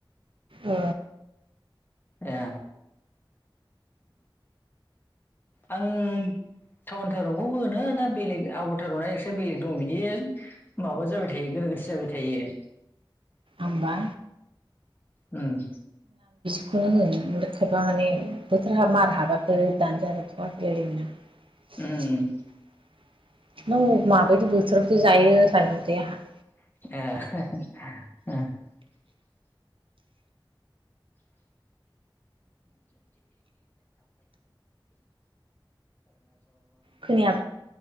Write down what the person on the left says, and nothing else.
ए आं थाउन सहरखौ होनो ना बेलेग आबथारहाय इसे बेलेग दं बिदि माबा जाबाय थायो गोनोगोथो जाबाय थायो।
उम
उम
<unintelligible> <unintelligible> <unintelligible>